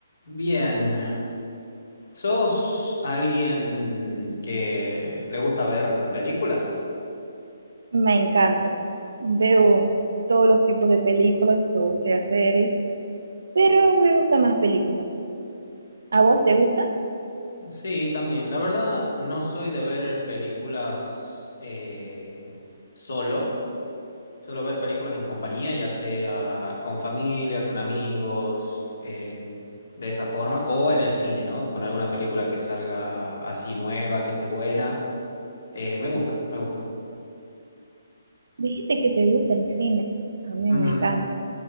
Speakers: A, on the left; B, on the right.
A: Bien, ¿sos alguien que le gusta ver películas?
B: Me encanta. Veo todos los tipos de películas, o sea, series, pero me gustan más películas. ¿A vos te gusta?
A: Sí, también. La verdad, no soy de ver películas eh, solo. Suelo ver películas en compañía, ya sea con familia, con amigos, eh, de esa forma, o en el cine, ¿no? Con alguna película que salga así nueva, que esté buena. Eh, me gusta, me gusta.
B: Dijiste que te gusta el cine. A mí
A: Ujú.
B: me encanta.